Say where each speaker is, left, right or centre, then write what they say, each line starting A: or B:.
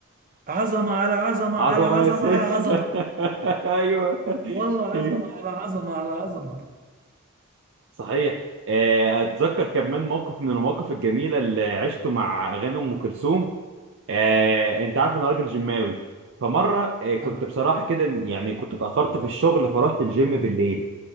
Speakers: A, on the right; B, on the right.
A: عظمه على عظمه على
B: عظمه
A: عظمه
B: يا ست
A: على عظمه
B: <laughs> ايوه
A: والله عظمه
B: ايوه
A: على عظمه على عظمه
B: صحيح آه، اتذكر كمان موقف من المواقف الجميله اللي عشته مع اغاني ام كلثوم آه، انت عارف انا راجل جماوي فمره آه، كنت
A: اه
B: بصراحه كده يعني كنت اتاخرت في الشغل فرحت الجيم بالليل